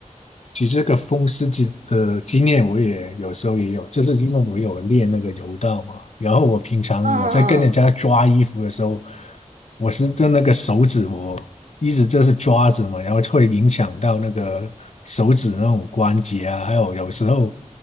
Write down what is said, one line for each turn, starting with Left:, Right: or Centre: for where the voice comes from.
Left: 其实这个风湿经的经验，我也有时候也有，就是因为我有练那个柔道嘛。然后我平常我在跟人家抓衣服的时候，
Right: 嗯，嗯嗯
Left: 我是就那个手指我一直就是抓着嘛，然后会影响到那个手指那种关节啊，还有有时候。